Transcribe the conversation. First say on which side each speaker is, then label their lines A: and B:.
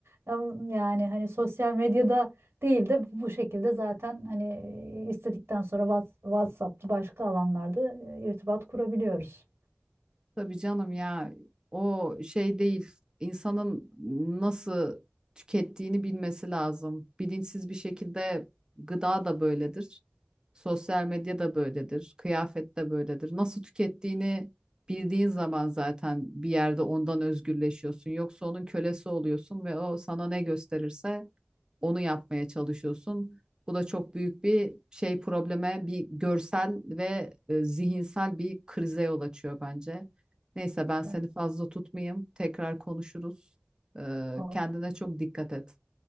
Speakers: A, on the right; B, on the right.
A: Am- Yani hani sosyal medyada değil de bu şekilde zaten hani istedikten sonra Whats- WhatsApp'ta başka alanlarda e, irtibat kurabiliyoruz.
B: Tabii canım ya o şey değil. insanın nasıl tükettiğini bilmesi lazım. Bilinçsiz bir şekilde gıda da böyledir. Sosyal medya da böyledir. Kıyafet de böyledir. Nasıl tükettiğini bildiğin zaman zaten bir yerde ondan özgürleşiyorsun. Yoksa onun kölesi oluyorsun ve o sana ne gösterirse onu yapmaya çalışıyorsun. Bu da çok büyük bir şey probleme, bir görsel ve e, zihinsel bir krize yol açıyor bence. Neyse ben seni
A: Evet.
B: fazla tutmayayım. Tekrar konuşuruz. Ee,
A: O-
B: kendine çok dikkat et.